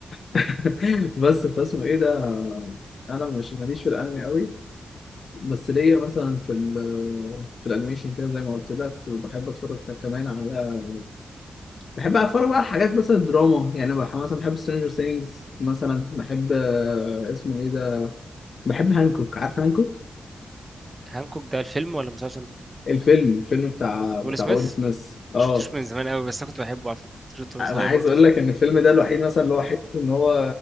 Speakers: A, on the left; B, on the right.
A: <laughs> بس فاسمه ايه ده انا مش ماليش في الانمي قوي بس ليا مثلا في ال في الانيميشن كده زي ما قلت لك وبحب اتفرج كمان على بحب اتفرج بقى على حاجات مثلا دراما يعني بح- مثلا بحب سترينجر ثينجز مثلا بحب آه، اسمه ايه ده بحب هانكوك عارف هانكوك
B: هانكوك ده الفيلم ولا مسلسل
A: الفيلم الفيلم بتاع
B: ويل
A: بتاع
B: سميث
A: ويل سميث اه
B: شفتوش من زمان قوي بس انا كنت بحبه على فكره كنت شفته وانا
A: انا
B: صغير
A: عايز
B: برضه
A: اقول
B: ف-
A: لك ان الفيلم ده الوحيد مثلا اللي هو حته ان هو